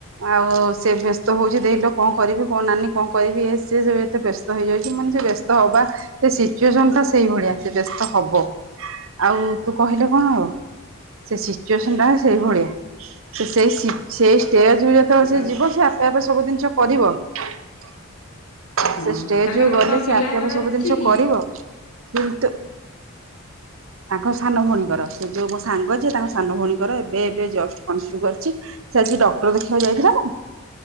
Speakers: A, on the right; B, on the left.
A: ଆଉ ସେ ବ୍ୟସ୍ତ ହଉଛି ଦେିଲ କଣ କରିବି କଣ ନାନୀ କଣ କରିବି ସ ଏତେ ବ୍ୟସ୍ତ ହେଇଯାଉଛି ମାନେ ସେ ବ୍ୟସ୍ତ ହବା ସେ ସିଚୁଏସନ ଟା ସେଇଭଳିଆ ସେ ବ୍ୟସ୍ତ ହବ ଆଉ ତୁ କହିଲେ କଣ ହବ ସେ ସିଚୁଏସନ ଟା ସେଇ ଭଳିଆ ସେ ସେଇ ସେଇ ଷ୍ଟେଜ ଯେତେବେଳେ
B: ତାଙ୍କର
A: ସେ ଯିବ ସେ ଆପେ ଆପେ ସବୁ ଜିନିଷ କରିବ ସେ
B: ହଁ
A: ଷ୍ଟେଜୁ
B: ତାଙ୍କର
A: ଗଲେ
B: କଣ ପିଲା
A: ସେ ଆପେ
B: ହବାର
A: ଆପେ ସବୁ
B: ଅଛି
A: ଜିନିଷ
B: କି
A: କରିବ କିନ୍ତୁ ତାଙ୍କ ସାନ ଭଉଣୀଙ୍କର ସେ ଯେଉଁ ମୋ ସାଙ୍ଗ ଯେିଏ ତାଙ୍କ ସାନ ଭଉଣୀଙ୍କର ଏବେ ଏବେ ଜଷ୍ଟ କନଫ୍ୟୁ କରିଛି ସେ ଆଜି ଡକ୍ଟର ଦେଖିବାକୁ ଯାଇଥିଲା ନା